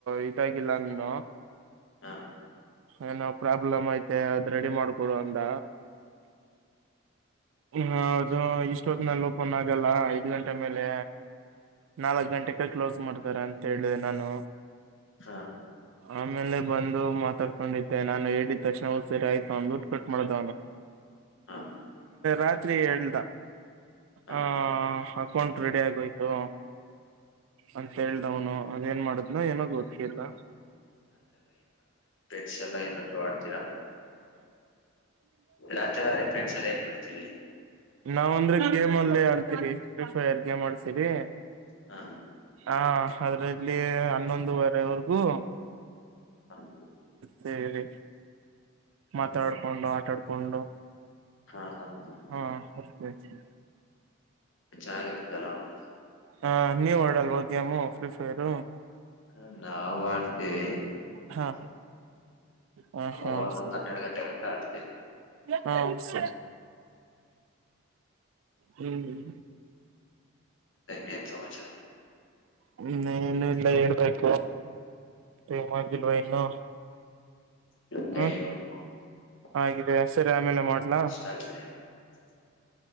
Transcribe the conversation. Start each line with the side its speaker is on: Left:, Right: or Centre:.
Right: ಈತ ಇಲನ್ನ
Left: ಹ
Right: ಏನೋ ಪ್ರಾಬ್ಲಮ್ ಐತೆ ಅದ್ ರೆಡಿ ಮಾಡ್ ಹಡ ಅಂತ ಹೌದು ಇಷ್ಟ ಹೊತ್ತ ನಲ್ಲಿ ಓಪನ್ ಆಗಲ್ಲ ಐದ್ ಗಂಟೆ ಮೇಲೆ ನಾಲ್ಕ್ ಗಂಟೆಕ ಕ್ಲೋಸ್ ಮಾಡ್ತಾರ ಅಂತ ಹೇಳಿದೆ ನಾನು
Left: ಹ
Right: ಆಮೇಲೆ ಬಂದು ಮಾತಾಡ್ ತಕೊಂಡಿದ್ದೆ ನಾನು ಹೇಳಿದ ತಕ್ಷಣ ಹದ್ ಸರಿ ಆಯತು ದುಡ್ ಕಟ್ ಮಾಡದ
Left: ಹ
Right: ರಾತ್ರಿ ಎಳ್್ದ
Left: ಹ
Right: ಆ ಕಕಂಟ ರೆಡಿ ಆಗೋಯ್ತು ಅಂತ ಹೇಳ್ದವನು ಮೇನ್ ಮಾಡುದ್ನ ಏನ ಗೊತ್ತ್ಕಿಲ್ಲ
Left: ಮಷ ಎಲ್ಲ ಏನಾದ್ರು ಆಡ್ತೀರಾ ರಾತ್ರಿ ಎಫ್ರೆಂಡ್ ಸಲ ಏನ್ ಮಾಡ್ತಿ ಸರಿ
Right: ನಾವ ಅಂದ್ರೆ ಗೇಮ್ ಅಲ್ಲೇ ಹೇಳ್ತೀವಿ ಫ್ರೀಫೈರ್ ಅಜ ಮಾಡ್ಸರಿ
Left: ಹಾ
Right: ಹಾ ಅದ್ರಲ್ಲಿ ಹನ್ನೊಂದುವರೆವರ್ಗೂ
Left: ಹ
Right: ಸರಿರಿ ಮಾತಾಡ್ಕೊಂಡು
Left: ಹ
Right: ಆಟಾಡ್ು ಕುೊಂಡ
Left: ಹ ಹ ಹ
Right: ಹಾ ಸಷ್ಟಕ
Left: ಚೆನ್ನಾಗಿರುತ್ತಲ್ಲ ಅವಲ್ಲ
Right: ಹಾ ನೀವಡಲ್ವ ಗೇಮು ಫ್ರೀ ಫೈರ್
Left: ಹ ನಾವು ಆಡ್ತಿವಿ
Right: ಹಾ ಹ
Left: ಅವನು
Right: ಹ ಸ
Left: ಒಂದ್ ಹನ್ನೆರಡು ಗಂಟೆ ಗಂಟ ಆಡ್ತೀವಿ
Right: ಹ ಸ ಹ್ಮ್
Left: ಸ ಇನ್ನೇನ್ ಸಮಾಚಾರ
Right: ಹ್ಮ ಇನು ಇಲ್ಲ ಹೇಳ್ಬೇಕು ಟೈಮ್ ಆಗಿಲ್ವ ಇನ್ನು
Left: <unintelligible>
Right: ಹ್ಮ್ ಆಗಿದೆ ಸರಿ ಆಮೇಲೆ
Left: <unintelligible>
Right: ಮಾಡ್ಲಾ